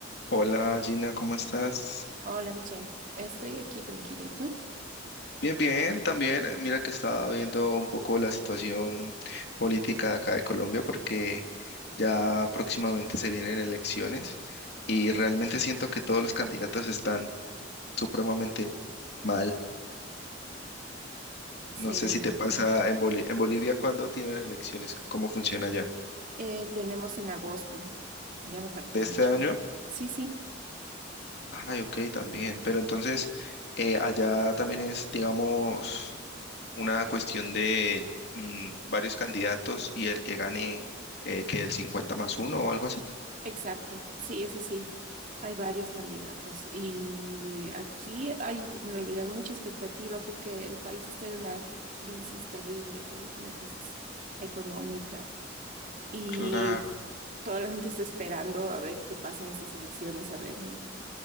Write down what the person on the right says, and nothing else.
Hola, Michelle. Estoy aquí tranquila. ¿Y tú?
Sí,
me
imagino.
Eh, tenemos en agosto. Ya no falta
mucho.
Sí, sí.
Exacto, sí, eso sí. Hay varios candidatos y aquí hay en realidad mucha expectativa porque el país está en una crisis terrible, ¿sabes? Una crisis económica y
toda la gente está esperando a ver qué pasa en esas elecciones, a ver. en-